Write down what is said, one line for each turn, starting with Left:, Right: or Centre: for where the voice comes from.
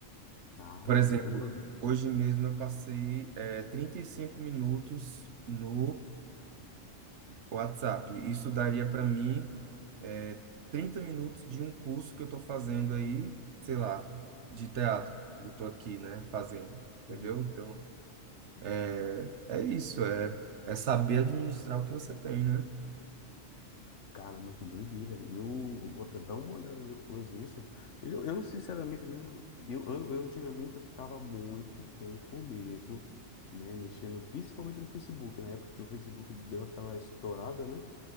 Left: Caramba,
Right: Por exemplo,
Left: velho.
Right: hoje mesmo eu passei é, 35 minutos no WhatsApp. Isso daria para mim. é, 30 minutos de um curso que eu estou fazendo aí, sei lá, de teatro. Eu estou aqui, né, fazendo,
Left: Uhum.
Right: entendeu? Então, é, é isso, é, é saber administrar o que você tem, né?
Left: Caramba, que doideira. Eu, eu vou até dar uma olhada depois nisso. Eu, eu sinceramente mesmo, eu, eu, eu antigamente eu ficava muito tempo mesmo, né, mexendo, principalmente no Facebook, na época que o Facebook deu aquela estourada, né?